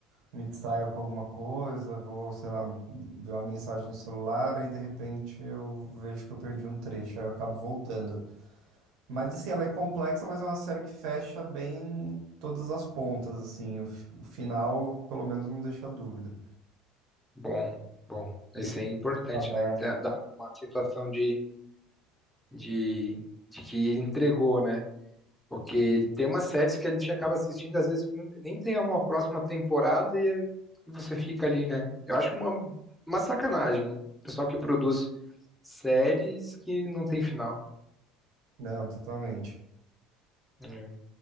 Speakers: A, on the right; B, in the centre.
A: me distraio com alguma coisa, vou, sei lá, ver uma mensagem no celular e de repente eu vejo que eu perdi um trecho, aí eu acabo voltando. Mas, assim, ela é complexa, mas é uma série que fecha bem todas as pontas, assim, o, fi- o final, pelo menos, não deixa dúvida.
B: Bom, bom.
A: Ele
B: Isso
A: fica
B: é importante,
A: aberto.
B: né? Ter- Dar uma sensação de, de, de que ele entregou, né? Porque tem umas séries que a gente acaba assistindo, às vezes, que não tem- nem tem uma próxima temporada e, aí- e você fica ali, né? Eu acho uma, uma sacanagem. O pessoal que produz séries que não tem final.
A: Não, totalmente.
B: É.